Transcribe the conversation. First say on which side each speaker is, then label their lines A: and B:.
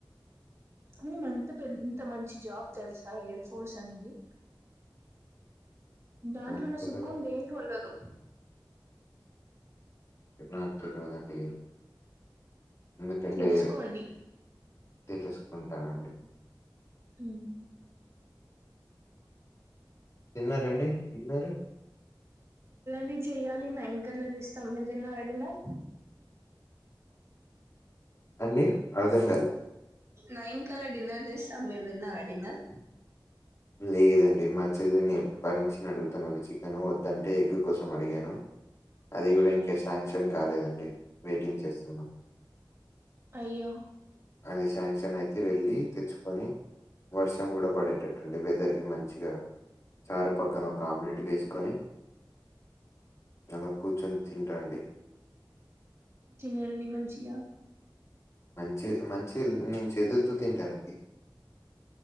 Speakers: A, on the right; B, on the left.
A: యే మంత పెద్ ఇంత మంచి జాబ్ తెలుసా ఎయిర్ ఫోర్స్ అనేది దాంట్లో
B: నాకు
A: ఉన్న
B: తెలియదండి
A: సుకుమ్ దేంట్లో ఉండదు
B: ఎ నాకు తెల్వదండి ఎందుకంటే
A: తెలుసుకోండి
B: తెలుసుకుంటానండి
A: ఉ
B: తిన్నారండి డిన్నరు
A: డి చేయాలి నైన్ కీ అట్ల చేస్తాం మీరు దిన్నరా డిన్నర్
B: అండి అర్ధంకాలే
A: నైన్ కలా డిన్నర్ చేస్తాం మీరు తిన్నారా డిన్నర్
B: లేదండి మా చెల్లిని పర్మిషన్ అడుగుతున్నాను చికెన్ వద్దంటే ఎగ్ కోసం అడిగాను అది కూడా ఇంకా శాంక్షన్ కాలేదండి వెయిటింగ్ చేస్తున్నాం
A: అయ్యో
B: అది శాంక్షన్ అయితే వెళ్ళి తెచ్చుకొని వర్షం కూడా పడేటట్ వెదర్ కి మంచిగా చారు పక్కన ఒక ఆమ్లెట్ వేసుకొని అలా కూర్చొని తింటా అండి
A: తినండి మంచిగా
B: మంచి మంచి నేను చేతులతో తింటానండి.